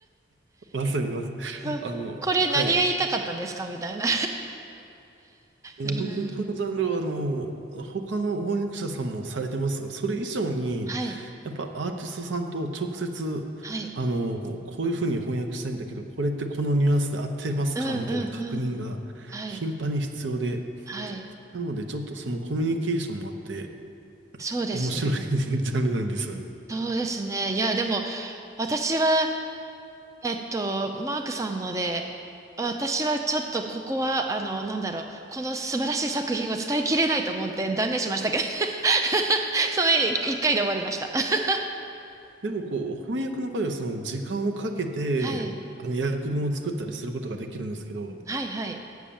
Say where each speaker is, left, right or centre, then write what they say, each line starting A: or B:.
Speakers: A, on the right; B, on the right.
A: まさにまさに。
B: うんこれ何が言いたかったんですかみたいな。
A: あの、はい。もう本当にこのジャンルはあの、
B: <laughs> うん。
A: 他の翻訳者さんもされてますが、それ以上に、
B: はい。
A: やっぱアーティストさんと直接、
B: はい。
A: あの、こういうふうに翻訳したいんだけど、これってこのニュアンスで合ってますかみたいな確認が頻繁に必要で、
B: うんうんうん。はい。はい。
A: なのでちょっとそのコミュニケーションもあって、
B: そうですね。
A: 面白い <laughs> ジャンルなんですよね。
B: そうですね。いや、でも、私は、えっと、マークさんので、私はちょっとここは、あの、なんだろう、この素晴らしい作品を伝えきれないと思って断念しましたけど、<laughs> その一回で終わりました。<laughs>
A: でもこう、翻訳の場合はその時間をかけて、
B: はい。
A: あの、訳文を作ったりすることができるんですけど、
B: はいはい。